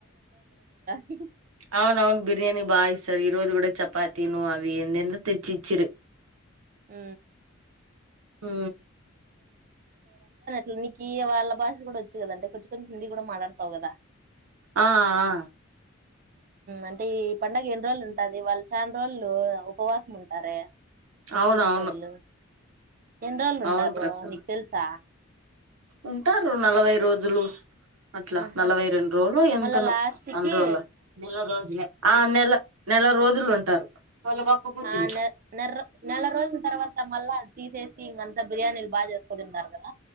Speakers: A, on the right (about 40°); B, on the right (about 80°).
A: ఇ
B: అవును అవున్ బిర్యానీి బాయిస్తారు ఇ రోజు కూడా చపాతి తిను అవి ఎంతెంత తెచ్చిచ్చురే
A: ఆ
B: హ
A: దినీ కి వాళ్ళ భాష కూడా వచ్చు కదా అంటే కొంచెం కొంచెం హిందీ కూడా మాట్లాడతావు కదా
B: ఆ ఆ
A: అంటే ఈ పండగ ఎన్ని రోజులు ఉంటది వాళ్ళు చా రోజులు ఉపవాసం ఉంటారే ముస్లింస్
B: అవునవును
A: ఓల్లు ఎన్ని రోజులు ఉంటారు
B: అవును ప్రసన్న
A: నీకు తెలుసా
B: ఉంటారు నలభై రోజులు అట్లా
A: ఆహా
B: నలభై రెండు రోజులు ఎంతను
A: మళ్ళా లాస్ట్
B: అన్న
A: కి
B: రోజుల నెల రోజులే ఆ నెల నెల రోజులు ఉంటారు వాళ్ళ గొప్ప బుద్ధులు
A: ఆ నె నెర నెల రోజుల తర్వాత మళ్ళా తీసేసి ఇంకంతా బిర్యానీలు బాగా చేసుకో తింటారు కదా